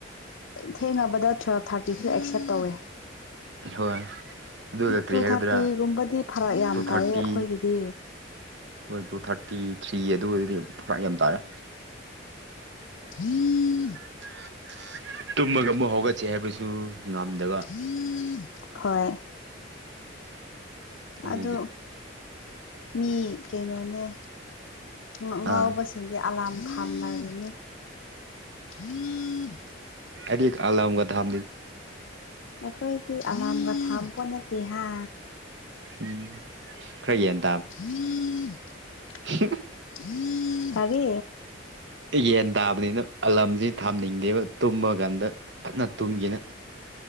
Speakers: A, on the left (about 80°); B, on the right (about 65°).
A: ꯊꯦꯡꯅꯕꯗ ꯇꯨꯋꯦꯜꯞ ꯊꯥꯔꯇꯤꯁꯨ ꯑꯦꯛꯁꯦꯞ ꯇꯧꯋꯦ
B: ꯍꯣꯏ ꯑꯗꯨꯒ ꯀꯔꯤ
A: ꯇꯨ
B: ꯍꯥꯏꯒꯗ꯭ꯔꯥ
A: ꯊꯥꯔꯇꯤꯒꯨꯝꯕꯗꯤ ꯐꯔꯛ ꯌꯥꯝ
B: ꯇꯨ
A: ꯇꯥꯏꯌꯦ
B: ꯊꯥꯔꯇꯤ
A: ꯑꯩꯈꯣꯏꯒꯤꯗꯤ
B: ꯍꯣꯏ ꯇꯨ ꯊꯥꯔꯇꯤ ꯊ꯭ꯔꯤ ꯑꯗꯨ ꯑꯣꯏꯗꯤ ꯄꯨꯔꯥ ꯌꯥꯝ ꯇꯥꯔꯦ
A: <unintelligible>
B: <unintelligible> ꯇꯨꯝꯃꯒ ꯑꯃꯨꯛ ꯍꯧꯒꯠꯁꯦ ꯍꯥꯏꯕꯁꯨ ꯉꯝꯗꯕ
A: <unintelligible> ꯍꯣꯏ
B: ꯑꯗꯨꯒꯤ
A: ꯑꯗꯣ ꯃꯤ ꯀꯩꯅꯣꯅꯦ ꯉ ꯉꯥꯎꯕꯁꯤꯡꯗꯤ
B: ꯑꯥ
A: ꯑꯂꯥꯝ ꯐꯥꯝꯅꯔꯤꯅꯤ ꯍꯝ <unintelligible>
B: ꯑꯔ ꯑꯒꯗꯍ
A: ꯑꯩꯈꯣꯏꯗꯤ ꯑꯂꯥꯝꯒ ꯊꯥ ꯄꯣꯠ ꯅꯠꯇꯦ ꯍꯥꯏ
B: ꯎꯝ ꯈꯩꯌꯦꯟ
A: <unintelligible>
B: ꯍ <unintelligible>
A: <unintelligible> ꯀꯔꯤ
B: ꯌꯦꯟ ꯇꯥꯕꯅꯤꯅ ꯑꯂꯝꯁꯤ ꯊꯥꯝꯅꯤꯡꯗꯦꯕ ꯇꯨꯝꯕ ꯀꯥꯟꯗ ꯐꯖꯅ ꯇꯨꯝꯒꯦꯅ